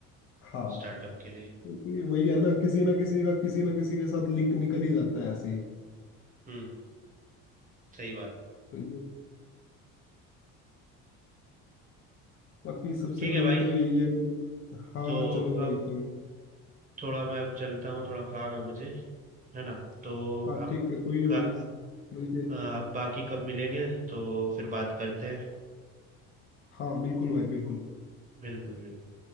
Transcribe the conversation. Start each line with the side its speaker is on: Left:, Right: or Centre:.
Left: हाँ
Right: स्टार्टअप के लिए
Left: क्योंकि वही है ना किसी ना किसी का किसी ना किसी के साथ लिंक निकल ही जाता है ऐसे ही
Right: हम्म सही बात है
Left: तो ये बाकी सबसे
Right: ठीक
Left: मेन
Right: है भाई
Left: तो यही है कि हाँ
Right: तो
Left: चलो भाई
Right: अब
Left: कोई नहीं
Right: थोड़ा मैं अब चलता हूँ थोड़ा काम है मुझे है ना तो
Left: हाँ
Right: अब
Left: ठीक है कोई नहीं
Right: का
Left: भाई मिलते
Right: अब बाकी कब मिलेंगे तो फिर बात करते हैं
Left: हाँ बिल्कुल भाई बिल्कुल
Right: बिल्कुल बिल्कुल